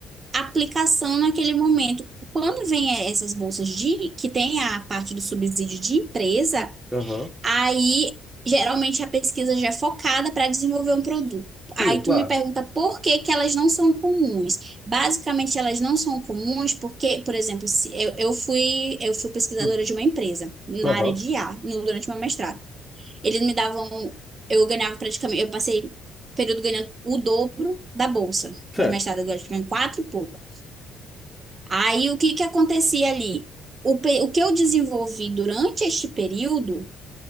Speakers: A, on the right (about 25°); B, in the centre.
A: aplicação naquele momento. Quando vem eh, essas bolsas de que tem a parte do subsídio de empresa,
B: aham.
A: aí geralmente a pesquisa já é focada para desenvolver um produto.
B: Sim,
A: Aí
B: claro.
A: tu me pergunta por que que elas não são comuns. Basicamente elas não são comuns porque, por exemplo, se eu, eu fui eu fui pesquisadora
B: Hum,
A: de uma empresa na
B: Aham.
A: área de I a no- durante uma mestrado. Eles me davam, eu ganhava praticamente, eu passei período ganhando o dobro da bolsa
B: Certo.
A: de mestrado, agora ganhando quatro e pouco. Aí o que que acontecia ali? O, pe- o que eu desenvolvi durante este período